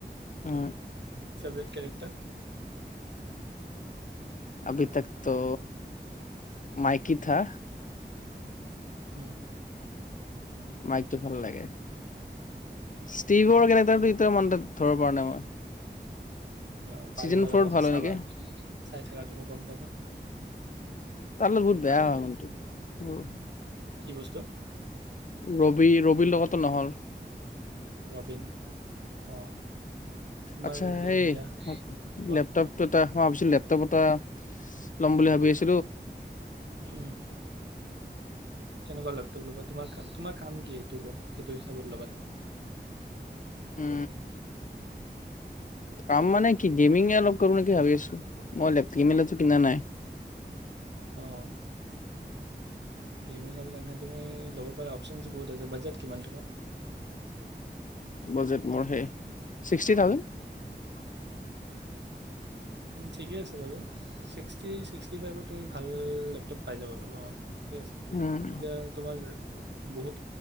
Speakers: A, on the left (about 50°); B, on the right (about 85°).
A: উ
B: ফেভৰেট কেৰেক্টাৰ
A: আভি তকটো মাইকী থা
B: উম
A: মাইকটো ভাল লাগে ষ্টিভৰ কেনেটাৰ এ মনাত ধৰ পৰা নাই মই
B: অ
A: চিজন
B: পাৰিবা
A: ফ'ৰত
B: ৰবা
A: ভাল
B: চাবাৰ
A: হয় নেকি
B: চাই থকা তুমি গম পাবা।
A: তামানে বহুত বেয়া
B: আৰু
A: হয় মনটো মোৰো হয়
B: কি বস্তু
A: ৰবি ৰবিন লগতো নহল
B: ৰবিন অ তোমাৰ
A: আচ্ছা সেই
B: এ- সেয়া কোৱা
A: লেপটপ
B: কোৱা
A: এটা ভাবিছিলো লেপটপ এটা লম বুলি ভাবি আছো
B: উম উম কেনেকুৱা লেপটপ ল'বা তোমাৰ কা- তোমাৰ কাম কি সেইটো কোৱা সেইটো হিচাপত ল'বা তুম-
A: উ কাম মানে কি গেমিঙ অলপ কৰিম নেকি ভাবি আছো। মই লেপ কিমেলটো কিনা নাই
B: অঁ গেমিংৰ কাৰণে তুমি ল'ব পাৰ অপচন বহুত আছে। বাজেট কিমান তোমাৰ?
A: বাজেট মোৰ সেই ছিক্সটি থাউজেণ্ড।
B: ঠিকে আছে বাৰু ছিক্স চিক্স থাৰ্টি ফাইভৰ তুমি ভাল লেপটপ পাই যাব পাৰো অ ঠিকে আছে
A: উম
B: যে তোমাৰ বহুত